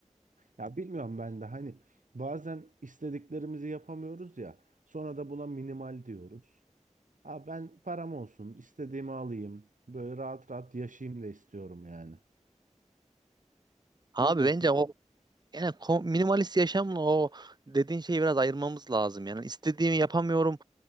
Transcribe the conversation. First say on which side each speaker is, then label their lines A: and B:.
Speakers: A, on the right; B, on the right.
A: Ya bilmiyorum ben de hani bazen istediklerimizi yapamıyoruz ya sonra da buna minimal diyoruz. Ha ben param olsun istediğimi alayım böyle rahat rahat yaşayayım da istiyorum yani.
B: Abi
A: Ne diyorsun?
B: bence o yani ko- minimalist yaşamla o dediğin şeyi biraz ayırmamız lazım. Yani istediğimi yapamıyorum.